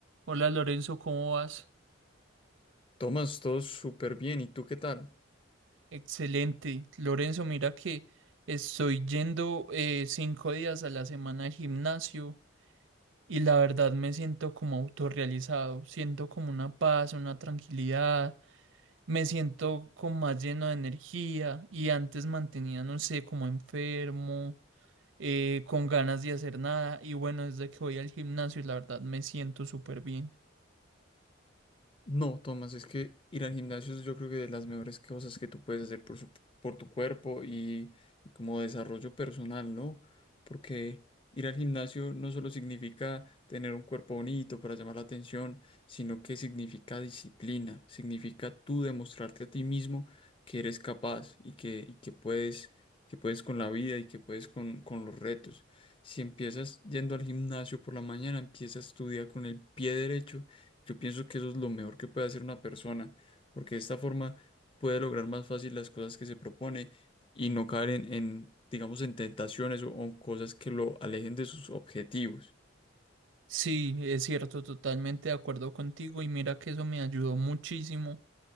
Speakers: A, on the right (about 70°); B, on the left (about 25°).
A: Hola Lorenzo, ¿cómo vas?
B: Tomás, todo súper bien. ¿Y tú qué tal?
A: Excelente. Lorenzo, mira que estoy yendo eh, cinco días a la semana al gimnasio y la verdad me siento como autorrealizado, siento como una paz, una tranquilidad, me siento como más lleno de energía y antes mantenía, no sé, como enfermo, eh, con ganas de hacer nada y bueno, desde que voy al gimnasio la verdad me siento súper bien.
B: No, Tomás, es que ir al gimnasio es yo creo que de las mejores cosas que tú puedes hacer por, su- por tu cuerpo y, y como desarrollo personal, ¿no? Porque ir al gimnasio no solo significa tener un cuerpo bonito para llamar la atención, sino que significa disciplina, significa tú demostrarte a ti mismo que eres capaz y que, y que puedes, que puedes con la vida y que puedes con, con los retos. Si empiezas yendo al gimnasio por la mañana, empiezas tu día con el pie derecho yo pienso que eso es lo mejor que puede hacer una persona, porque de esta forma puede lograr más fácil las cosas que se propone y no caer en, en, digamos, en tentaciones o, o cosas que lo alejen de sus objetivos.
A: Sí, es cierto, totalmente de acuerdo contigo y mira que eso me ayudó muchísimo